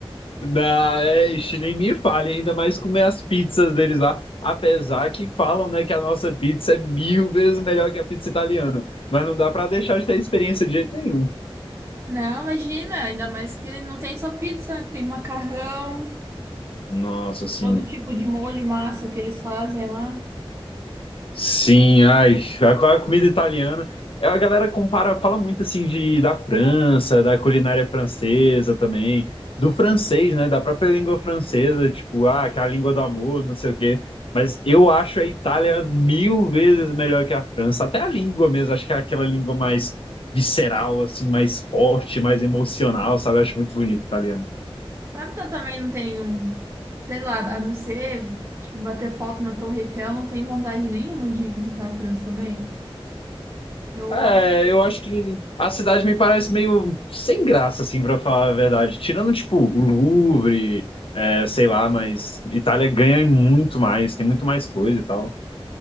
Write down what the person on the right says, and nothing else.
Não, imagina, ainda mais que não tem só pizza, tem macarrão,
todo tipo de molho, massa que eles fazem lá.
Sabe que eu também não tenho, sei lá, a não ser tipo, bater foto na Torre Eiffel, não tenho vontade nenhuma de visitar a França também. Eu
olho,